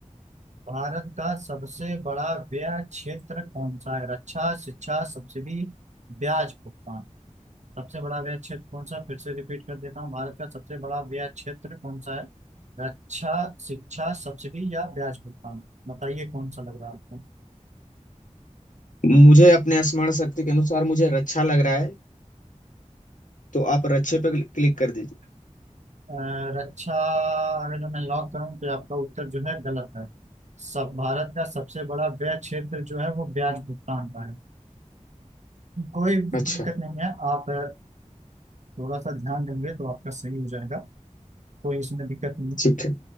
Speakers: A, on the right; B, on the left.
A: भारत का सबसे बड़ा व्यय क्षेत्र कौन सा है रक्षा शिक्षा सब्सिडी ब्याज भुगतान सबसे बड़ा व्यय क्षेत्र कौन सा है? फिर से रिपीट कर देता हूँ भारत का सबसे बड़ा व्यय क्षेत्र कौन सा है रक्षा शिक्षा सब्सिडी या ब्याज भुगतान बताइए कौन सा लग रहा है आपको
B: मुझे अपने स्मरण शक्ति के अनुसार मुझे रक्षा लग रहा है तो आप रक्षे पे क्लिक क्लिक कर दीजिए
A: अ, रक्षा अगर जो मैं लॉक करूँ तो आपका उत्तर जो है गलत है सब भारत का सबसे बड़ा व्यय क्षेत्र जो है वो ब्याज भुगतान का है कोई दिक्कत
B: अच्छा
A: नहीं है आप अ, थोड़ा सा ध्यान देंगे तो आपका सही हो जाएगा कोई इसमें दिक्कत नहीं है।
B: ठीक है